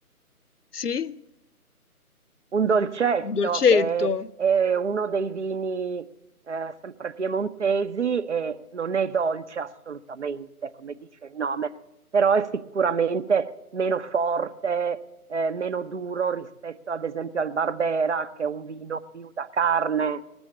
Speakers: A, on the left; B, on the right.
A: Sì?
B: un dolcetto
A: Un dolcetto?
B: che è uno dei vini eh, sempre piemontesi e non è dolce assolutamente, come dice il nome, però è sicuramente meno forte, eh, meno duro rispetto ad esempio al Barbera, che è un vino più da carne.